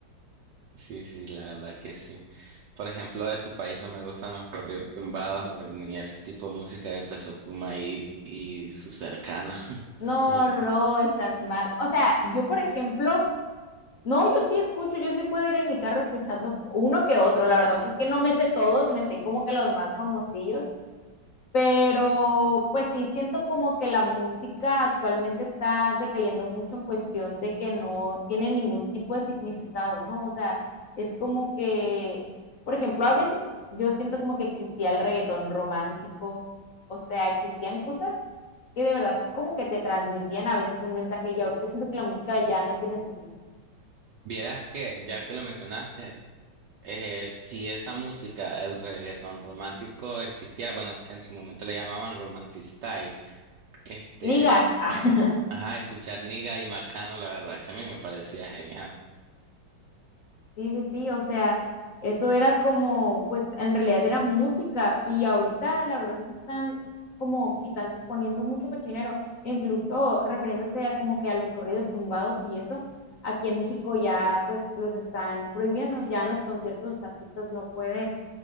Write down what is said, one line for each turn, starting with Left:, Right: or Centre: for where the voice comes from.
Right: Sí, sí, la verdad que sí. Por ejemplo, de tu país no me gustan los corridos tumbados ni, ni ese tipo de música de Peso Pluma y, y sus cercanos. <laughs>
Left: No,
Right: No, me-
Left: no, no, estás mal. O sea, yo, por ejemplo, no, yo sí escucho, yo sí puedo ir en mi carro escuchando uno que otro. La verdad es que no me sé todos, me sé como que los más famosillos, Pero pues sí, siento como que la música actualmente está decayendo mucho en cuestión de que no tiene ningún tipo de significado, ¿no? O sea, es como que, por ejemplo, a veces yo siento como que existía el reggaetón romántico, o sea, existían cosas que de verdad como que te transmitían a veces un mensaje y ahorita siento que la música ya no tiene sentido.
Right: vieras que, ya que lo mencionaste, eh, si esa música, el reggaetón romántico existiera, bueno, en su momento le llamaban romantic style, este,
Left: Niga. <laughs>
Right: ajá, escuchar Niga y Macano, la verdad que a mí me parecía genial.
Left: Sí, sí, sí, o sea, eso era como, pues en realidad era música y ahorita la verdad es que están como quitan, poniendo mucho cochinero, incluso refiriéndose a como que a los corridos tumbados y eso, aquí en México ya pues los están prohibiendo, ya en los conciertos los artistas no pueden